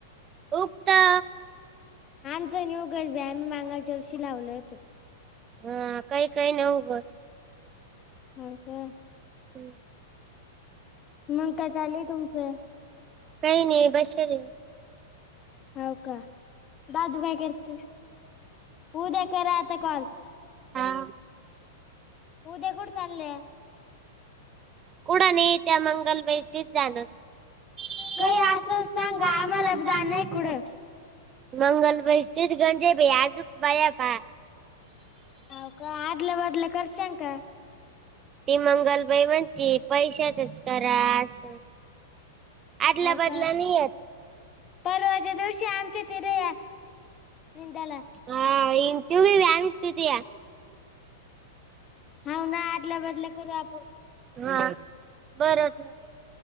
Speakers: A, on the right; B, on the left.
A: उक्ता.
B: आमचं नि उगच भ आम्ही मांगाच्या वर्षी लावलो हो ते.
A: हा काही काही नाही उगवतं.
B: हा का.
A: <inaudible>
B: मग काय चालेलय तुमचं.
A: काही नाही बसरे.
B: हो का दादू काय करत उद्या खरा आता कॉल.
A: हा.
B: ऊद्या कुड चालले.
A: कुड नाही त्या मंगल बैस जाणच. <unintelligible>
B: काही असल सांगा आम्हाला जाण आहे कुठं
A: मंगलपर स्थित गत आजुक बायापा.
B: अ का आदले वादलं करशाव का?
A: ती मंगलबाई म्हणते पैशाचच करा अस. आदला
B: हो
A: बदला
B: का
A: नाहीयत. <inaudible>
B: परवाच्या दिवशी आमच्या तिथे या निंदाला.
A: हा इन तु म व अनस्ततय.
B: हा ना आदल्या बदल्या खरं आपण.
A: हा बरं.